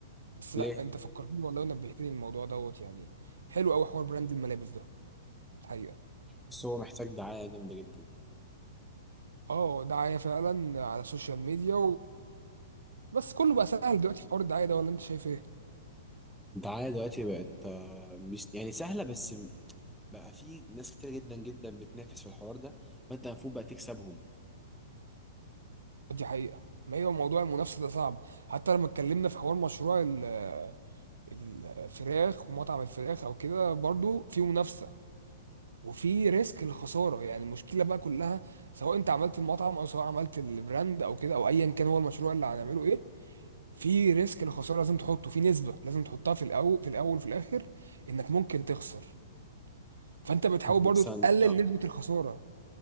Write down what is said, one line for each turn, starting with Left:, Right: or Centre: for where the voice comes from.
Right: بس
Centre: ليه
Right: لا انت فكرتني والله ونبهتني الموضوع دوت يعني حلو قوي حوار براند الملابس ده الحقيقة
Centre: بس هو محتاج دعاية جامدة جدا
Right: اه دعاية فعلا على السوشيال ميديا بس كله بقى سهل دلوقتي في حوار الدعايه ده ولا انت شايف ايه
Centre: الدعاية دلوقتي بقت آه، مش يعني سهلة بس م- بقى في ناس كتير جدا جدا بتنافس في الحوار ده فانت المفروض بقى تكسبهم
Right: دي حقيقه ما هي موضوع المنافسه ده صعب حتى لما اتكلمنا في حوار مشروع ال- الفراخ ومطعم الفراخ او كده برضو في منافسه وفي ريسك الخساره يعني المشكله بقى كلها سواء انت عملت المطعم او سواء عملت البراند او كده او ايا كان هو المشروع اللي هنعمله ايه في ريسك الخساره لازم تحطه في نسبه لازم تحطها في الاول في الاول وفي الاخر انك ممكن تخسر فانت بتحاول
Centre: مثلا
Right: برضو تقلل
Centre: آه،
Right: نسبه الخساره